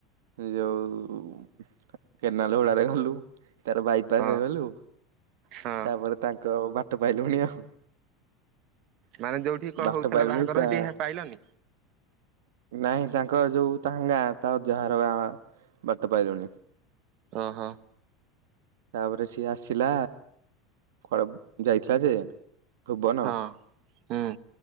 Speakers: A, on the right (about 85°); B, on the right (about 55°).
A: ଯୋଉ କେନାଲ ହୂଡାରେ ଗଲୁ। ତାର ବାଇପାସ
B: ହଁ
A: ହେଇଗଲୁ,
B: ହଁ
A: ତାପରେ ତାଙ୍କ ବାଟ ପାଇଲୁଣି ଆଉ।
B: ମାନେ ଯୋଉଠି କଣ
A: ବାଟ
B: ହଉଥିଲା
A: ପାଇଲୁଣନି
B: ବାହାଘର
A: ତା
B: ସେଠି ପାଇଲନି?
A: ନାଇଁ ତାଙ୍କ ତାଙ୍କ ଯୋଉ ତା ଗାଁ ତା ଯାହାର ଗାଁ ବାଟ ପାଇଲୁଣିି।
B: ଓ ହୋ।
A: ତାପରେ ସିଏ ଆସିଲା କଡ ଯାଇଥିଲା ଯେ ଭୁବନ
B: ହଁ ହୁଁ